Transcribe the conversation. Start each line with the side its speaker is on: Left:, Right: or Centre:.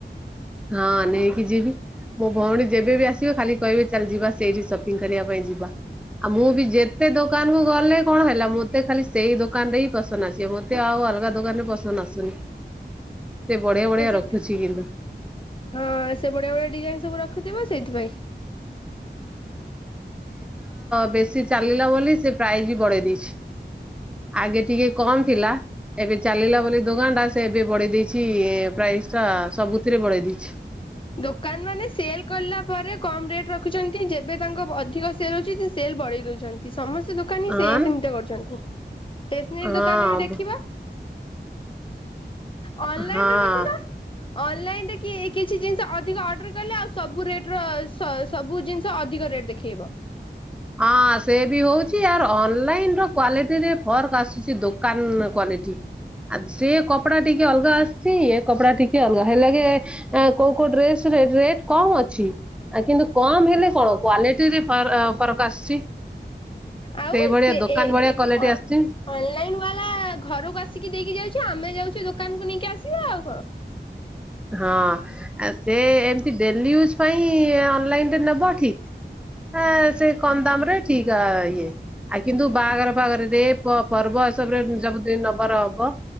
Centre: ହଁ ନେଇକି ଯିବି। ମୋ ଭଉଣୀ ଯେବେ ବି ଆସିବେ, ଖାଲି କହିବେ ଚାଲ ଯିବା ସେଇଠି ସପିଙ୍ଗ କରିବା ପାଇଁ ଯିବା। ଆଉ ମୁଁ ବି ଯେତେ ଦୋକାନ କୁ ଗଲେ କଣ ହେଲା, ମତେ ଖାଲି ସେଇ ଦୋକାନ ରେ ହିଁ ପସନ୍ଦ ଆସିବ ମତେ ଆଉ ଅଲଗା ଦୋକାନରେ ପସନ୍ଦ ଆସୁନି। ସେ ବଢିଆ ବଢିଆ
Left: ଆ ସେ,
Centre: ରଖୁଛି କିନ୍ତୁ
Left: ହଁ ସେ ବଢିଆ ବଢିଆ ଡିଜାଇନ ସବୁ ରଖୁଥିବ ସେଇଥିପାଇଁ।
Centre: ବେଶି ଚାଲିଲା ବୋଲି ସେ ପ୍ରାଇଜ୍ ବି ବଢେଇ ଦେଇଛି। ଆଗେ ଟିକେ କମ ଥିଲା। ଏବେ ଚାଲିଲା ବୋଲି ଦୋକାନ ଟା ସେ ଏବେ ବଢେଇ ଦେଇେଇଛି ପ୍ରାଏ ଇଜ ଟା ସବୁଥିରେ ବଢେଇ ଦେଇଛି।
Left: ଦୋକାନ ମାନେ ସେଲ କଲା ପରେ କମ ରେଟ ରଖୁଛନ୍ତି ଯେବେ ତାଙ୍କ ଅଧିକ ସେଲ ଅଛି ସେଲ୍ ବଢେଇ ଦଉଛନ୍ତି ସମସ୍ତ ଦୋକାନୀ
Centre: ହଁ
Left: ସେ
Centre: ନା?
Left: ସେମିତି କରୁଛନ୍ତି। ଷ୍ଟେନାରୀ
Centre: ହଁ
Left: ଦୋକାନରେ ବି ଦେଖିବ ଅନଲାଇନରେ
Centre: ହଁ।
Left: ଦେଖୁନ ଅନଲାଇନରେ କିଏକି କିଛି ଜିନିଷ ଅଧିକ ଅର୍ଡର କଲେ ଆଉ ସବୁ ରେଟ ର ସ ସବୁ ଜିନିଷ ଅଧିକ ରେଟ ଦେଖେଇବ।
Centre: ହଁ ସେ ବି ହଉଛି ଆର୍ ଅନଲାଇନ ର କ୍ଵାଲିଟିରେ ଫର୍କ ଆସୁଛି ଦୋକାନ କ୍ଵାଲିଟି। ଆ ସେ କପଡା ଟିକେ ଅଲଗା ଆସିଛି ଏ କପଡା ଟିକେ ଅଲଗା ହେଲାଗେ କୋଉ କୋଉ ଡ୍ରେସ ରେଟ କମ ଅଛି ଆ କିନ୍ତୁ କମ ହେଲେ କଣ କ୍ଵାଲିଟିରେ ଫ ଫରକ ଆସୁଛି।
Left: ଆଉ
Centre: ସେଇଭଳିଆ
Left: ସିଏ
Centre: ଦୋକାନ
Left: ଏ
Centre: ଭଳିଆ
Left: ଡେ ଏ
Centre: କ୍ୱାଲିଟି
Left: ଅ
Centre: ଆସିଛି।
Left: ଅନଲାଇନ ବାଲା ଘରକୁ ଆସିକି ଦେଇକି ଯାଉଛୁ ଆମେ ଯାଉଛୁ ଦୋ ଦୋକାନକୁୁ ନେଇକି ଆସିବା ଆଉ କଣ।
Centre: ହଁ ଆ ସେ ଏମତି ଡେଲି ୟୁଜ୍ ପାଇଁ ଅନଲାଇନରେ ନେବ ଠିକ୍ ଏ ସେ କମ ଦାମ ରେ ଠିକ ଇଏ ଆ କିନ୍ତୁ ବାହାଘର ଫାଘରରେ ଦେଇ ପର୍ବ ଏସବ ରେ ସବୁ ଦ ନବାର ହବ।